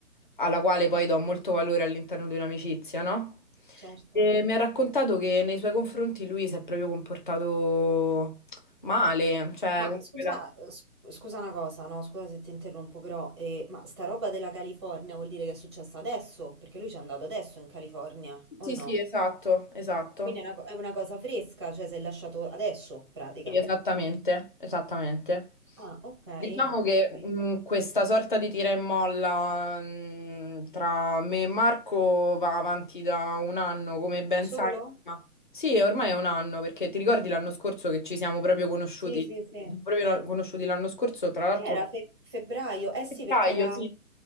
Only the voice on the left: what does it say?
alla quale poi do molto valore all'interno di un'amicizia, no?
E mi ha raccontato che nei suoi confronti lui si è proprio comportato male, cioè,
comunque
la-
Sì,
sì, esatto, esatto.
Sì, esattamente, esattamente.
Diciamo che
mh, questa sorta di tira e molla mh, tra me e Marco va avanti da un anno, come ben
sai. Ma... Sì, ormai è un anno, perché ti ricordi l'anno scorso che ci siamo proprio conosciuti?
Ci
siamo proprio la- conosciuti l'anno scorso, tra l'altro,
a
febbraio,
sì.